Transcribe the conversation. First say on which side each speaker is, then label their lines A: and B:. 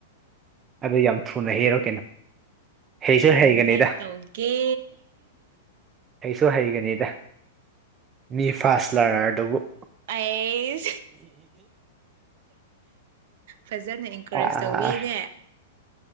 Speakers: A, on the right; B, on the right.
A: ꯑꯗꯨ ꯌꯥꯝ ꯊꯨꯅ ꯍꯦꯜꯔꯣ ꯀꯩꯅꯣ ꯍꯩꯁꯨ
B: ꯍꯅꯤꯡ
A: ꯍꯩꯒꯅꯤꯗ
B: ꯉꯥꯏ ꯇꯧꯒꯦ
A: ꯑꯩꯩꯁꯨ ꯍꯩꯒꯅꯤꯗ ꯃꯤ ꯐꯥꯁ ꯂꯔꯅꯔꯗꯨꯕꯨ
B: ꯑꯩ ꯐꯖꯅ ꯏꯟꯀꯔꯦꯖ
A: ꯑꯥ
B: ꯇꯧꯕꯤꯅꯦ